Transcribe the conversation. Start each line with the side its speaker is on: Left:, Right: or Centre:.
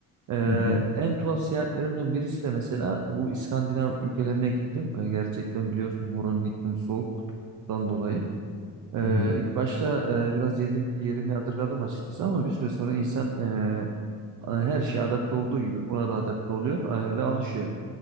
Right: Ee,
Left: Hı hı.
Right: en tuhaf seyahatlerimden birisi de mesela bu İskandinav ülkelerine gittim. Ee, gerçekten biliyorsun oranın iklimi soğuk kutuptan dolayı. Ee,
Left: Hı hı.
Right: ilk başta e, biraz yedim, yerimi yadırgadım açıkçası ama bir süre sonra insan e, her şeye adapte olduğu gibi buna da adapte oluyor e, ve alışıyor.